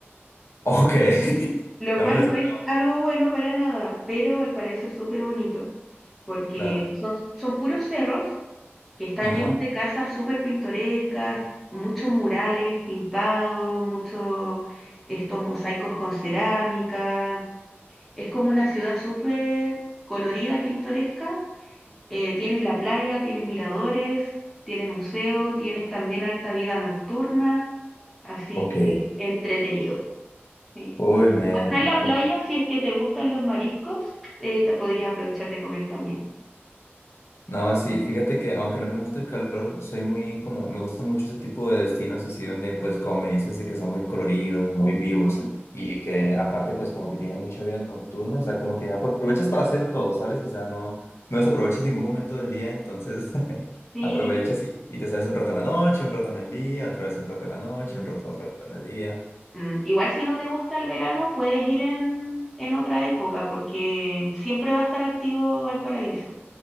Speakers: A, on the left; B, in the centre.
A: Ok. <laughs>
B: lo
A: No
B: cual
A: me la esperaba,
B: no es algo bueno para nada, pero Valparaíso es súper bonito, porque
A: claro.
B: son, son puros cerros que están
A: Ajá.
B: llenos de casas súper pintorescas, muchos murales pintados, muchos estos mosaicos con cerámica. Es como una ciudad súper colorida y pintoresca. Eh, tienes la playa, tienes miradores, tienes museo, tienes también harta vida nocturna, así
A: Ok.
B: que entretenido. Sí.
A: Uy,
B: Y
A: me,
B: Como está en
A: me
B: la playa, si es que te gustan los mariscos, eh, te podrías aprovechar de comer también.
A: No, sí, fíjate que aunque no me gusta el calor, soy muy como, me gusta mucho ese tipo de destinos así donde pues como me dices de que son muy coloridos, muy vivos
B: Mm,
A: y que aparte pues como que tienen mucha vida nocturna, o sea, como que aprovechas para hacer todo, ¿sabes? O sea, no, no desaprovechas ningún momento del día, entonces <laughs>
B: Sí.
A: aprovechas y, y te sales un rato en la noche, un rato en el día, otra vez un rato en la noche,
B: mm,
A: un rato, otro rato en el día.
B: mm. Igual si no te gusta el verano, puedes ir en, en otra época, porque siempre va a estar activo Valparaíso.